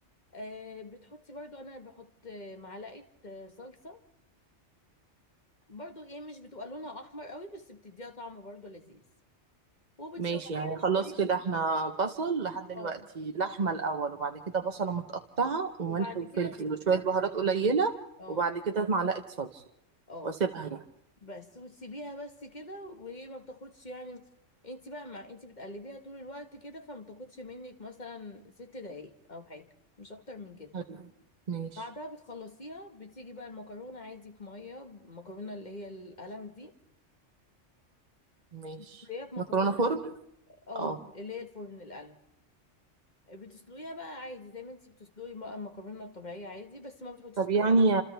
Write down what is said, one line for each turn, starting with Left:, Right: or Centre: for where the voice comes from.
Left: آه، بتحطي برضو انا بحط آه، معلقه آه، صلصه برضو ايه مش بتبقى لونها احمر قوي بس بتديها طعم برضو لذيذ وبتشوحيها
Right: ماشي يعني خلاص
Left: شويه
Right: كده احنا بصل لحد دلوقتي
Left: اه
Right: لحمه الاول وبعد كده بصله متقطعه وملح
Left: وبعد
Right: وفلفل
Left: كده فلفل
Right: وشويه بهارات قليله
Left: اه
Right: وبعد كده معلقه صلصه
Left: اه
Right: واسيبها بقى
Left: بس وتسيبيها بس كده وهي ما بتاخدش يعني انت بقى مع انت بتقلبيها طول الوقت كده فما بتاخدش منك مثلا ست دقايق او حاجه مش اكتر من كده
Right: أيوة. ماشي
Left: بعدها بتخلصيها بتيجي بقى المكرونه عادي في ميه المكرونه اللي هي القلم دي
Right: ماشي
Left: بتسلقيها في مكرونه
Right: مكرونه فرن
Left: اه
Right: اه
Left: اللي هي الفرن القلم بتسلقيها بقى عادي زي ما انتي بتسلقي بقى المكرونه الطبيعيه عادي بس ما بتحطيش
Right: طب
Left: طبعا
Right: يعني يا